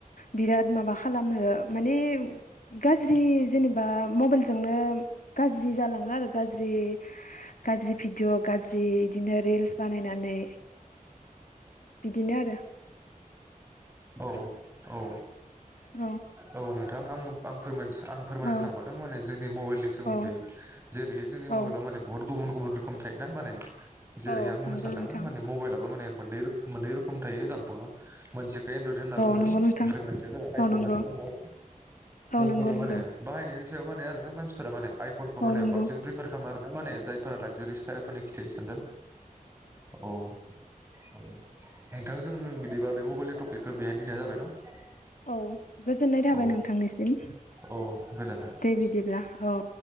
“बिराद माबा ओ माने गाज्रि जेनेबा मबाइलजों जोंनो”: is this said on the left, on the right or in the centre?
Left